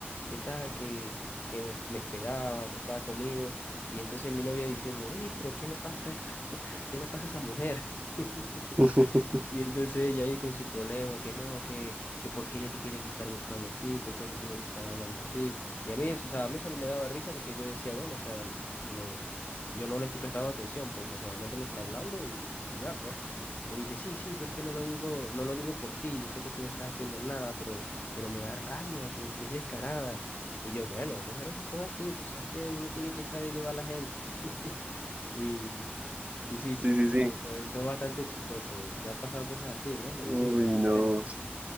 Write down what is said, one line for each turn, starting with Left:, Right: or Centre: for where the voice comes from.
Left: ¿qué tal? Que, que me, me esperaba, que estaba conmigo. Y entonces mi novia diciendo, oye, pero ¿qué le pasa a esta, <laughs> qué le pasa a esa mujer? <laughs>
Right: <laughs>
Left: Y entonces ella ahí con su problema, que no, que, que por qué ella te tiene que estar buscando así, por qué te tiene que estar hablando así. Y a mí, eso- o sea, a mí solo me daba risa porque yo decía, bueno, o sea, no, yo no le estoy prestando atención, pues, o sea, solamente me está hablando y, y ya, pues. Y me dice, sí, sí, pero es que no lo digo, no lo digo por ti, yo sé que tú no estás haciendo nada, pero, pero me da rabia, pues, si es descarada. Y yo, bueno, hay mujeres que son así, tú sabes que uno tiene que saber llevar a la gente. <laughs> y y sí, sí,
Right: Sí,
Left: fue,
Right: sí,
Left: fue,
Right: sí.
Left: fue, fue bastante chistoso. Te han pasado cosas así, ¿no? Me imagino,
Right: uy,
Left: con tu pareja.
Right: no,